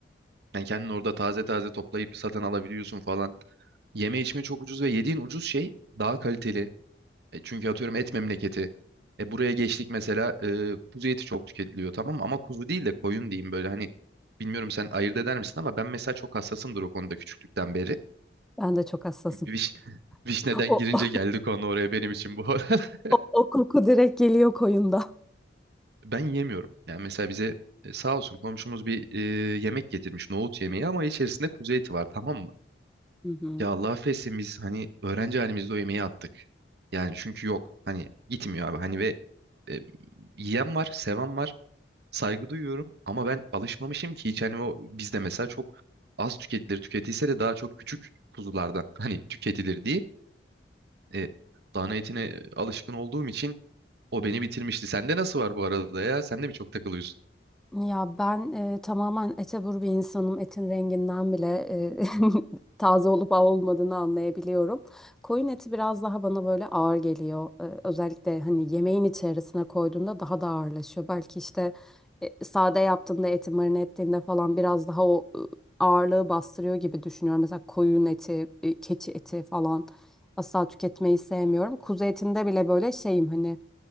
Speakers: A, on the right; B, in the centre.
A: Yani kendin orada taze taze toplayıp satın alabiliyorsun falan. Yeme içme çok ucuz ve yediğin ucuz şey daha kaliteli. E, çünkü atıyorum et memleketi. E, buraya geçtik mesela e, kuzu eti çok tüketiliyor tamam mı? Ama kuzu değil de koyun diyeyim böyle hani bilmiyorum sen ayırt eder misin ama ben mesela çok hassasımdır o konuda küçüklükten beri.
B: Ben de çok hassasım.
A: Viş,
B: <laughs>
A: <laughs> vişneden
B: O,
A: girince
B: o,
A: geldi konu oraya benim için bu. <laughs>
B: o, o koku direkt geliyor koyunda.
A: Ben yemiyorum. Yani mesela bize e, sağ olsun komşumuz bir e, yemek getirmiş nohut yemeği ama içerisinde kuzu eti var tamam mı?
B: Hı hı.
A: Ya Allah affetsin biz hani öğrenci halimizde o yemeği attık. Yani çünkü yok hani gitmiyor abi hani ve e, yiyen var seven var saygı duyuyorum ama ben alışmamışım ki hiç hani o bizde mesela çok az tüketilir tüketilse de daha çok küçük kuzulardan <laughs> hani tüketilir diyeyim. E, dana etine e, alışkın olduğum için o beni bitirmişti. Sende nasıl var bu arada ya? Sen de mi çok takılıyorsun?
B: Ya ben e, tamamen ete vur bir insanım. Etin renginden bile e, <laughs> taze olup olmadığını anlayabiliyorum. Koyun eti biraz daha bana böyle ağır geliyor. E, özellikle hani yemeğin içerisine koyduğunda daha da ağırlaşıyor. Belki işte e, sade yaptığında eti marine ettiğinde falan biraz daha o e, ağırlığı bastırıyor gibi düşünüyorum. Mesela koyun eti, e, keçi eti falan asla tüketmeyi sevmiyorum. Kuzu etinde bile böyle şeyim hani